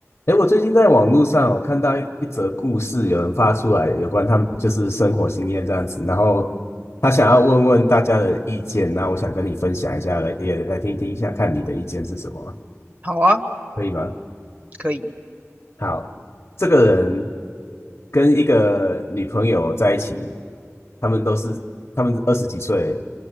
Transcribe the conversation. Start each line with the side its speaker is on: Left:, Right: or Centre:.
Left: 诶，我最近在网络上我看到一一则故事，有人发出来有关他们就是生活经验这样子，然后他想要问问大家的意见，那我想跟你分享一下，来也来听听一下，看你的意见是什么，
Right: 好啊，
Left: 可以吗？
Right: 可以，
Left: 好，这个人跟一个女朋友在一起，他们都是他们二十几岁，